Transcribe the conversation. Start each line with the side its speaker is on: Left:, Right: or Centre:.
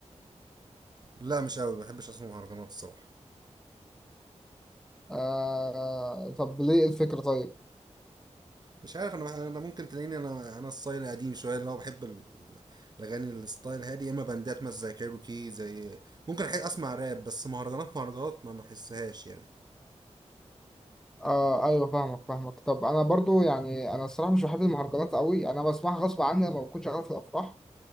Right: لا مش قوي ما بحبش اسمع مهرجانات الصراحة
Centre: آه طب ليه الفكره طيب
Right: مش عارف انا بح- انا ممكن تلاقيني انا انا ستايل قديم شوية اللي هو بحب ال- الاغاني الستايل هادي يا اما باندات مثلا زي كايروكي زي ممكن احب اسمع راب بس مهرجانات مهرجانات ما بحسهاش يعني
Centre: اه ايوه فاهمك فاهمك طب انا برضو يعني انا الصراحه مش بحب المهرجانات قوي انا بسمعها غصب عني لما بكون شغال في الافراح